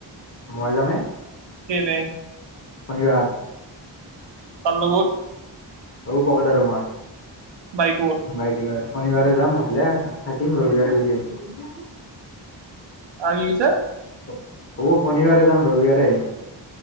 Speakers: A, on the left; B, on the right.
A: মই যামে।
B: কেনে।
A: শনিবাৰ।
B: কাৰ লগত?
A: অপো, পকেট আৰু মই।
B: বাইকত?
A: বাইক লৈ শনিবাৰে যাম ভাটলা থাকিম ৰবিবাৰে গুচি আহিম।
B: আৰু কি কৈছা
A: অ', শনিবাৰে যাম ৰবিবাৰে আহিম।